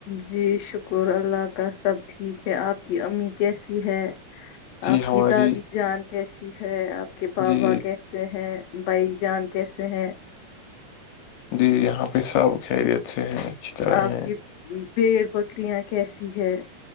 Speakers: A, on the left (about 70°); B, on the left (about 80°).
A: جی شکر اللہ کا سب ٹھیک ہے آپ کی امی کیسی ہے
B: جی
A: آپ
B: ہماری
A: کی دادی جان کیسی ہے آپ کے بابا
B: جی
A: کی ہیں بھائی جان کیسے ہیں
B: جی یہاں پہ سب خیریت سے ہیں اچھی طرح
A: آپ
B: ہیں
A: کی بھیڑ بکریاں کیسی ہے